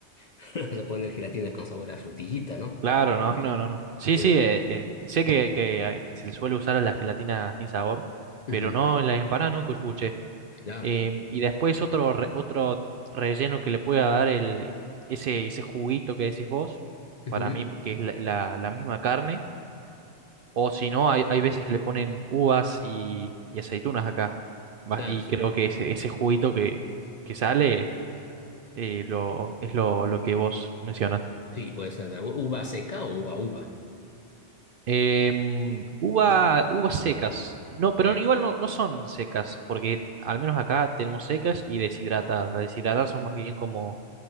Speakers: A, on the left; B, on the right.
A: <laughs> no le vas a poner gelatina con sabor a frutillita, ¿no?
B: Claro, no, no, no, no. Sí,
A: En-
B: sí, eh, eh, sé que, que, eh, que se suele usar a la gelatina sin sabor,
A: Ujú,
B: pero no en las empanadas, nunca escuché.
A: claro.
B: Em, y después otro, re- otro relleno que le pueda dar el, ese, ese juguito que decís vos,
A: Ujú.
B: para mí que es la la- la misma carne O si no, hay, hay veces que le ponen uvas y, y aceitunas acá. Va-
A: Ah,
B: Y
A: sí.
B: creo que ese, ese juguito que, que sale eh, lo, es lo, lo que vos mencionas.
A: Sí, puede ser de algo- uva seca o uva uva.
B: Em, uva, uvas secas. No, pero
A: Ahí,
B: igual no, no son secas, porque al menos acá tenemos secas y deshidratadas. Las deshidratadas son más bien como